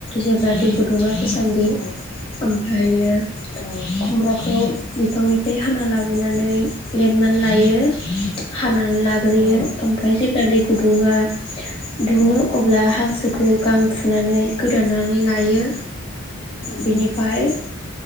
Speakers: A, on the left; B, on the left.
A: जेब्ला दै गुदुङा गोसान्दि
B: औ
A: ओमफ्रायो
B: औ
A: खुमब्राखौ बिफांनिफ्राय हाना लाबोनानै लेबनानै ला यो हानानै लाग्रोयो
B: औ
A: ओमफ्राय जेब्ला दै गुदुङा दुङो अब्ला हांसोखौ गां फुनानै गोदानानै लायो।
B: ओं
A: बिनिफ्राय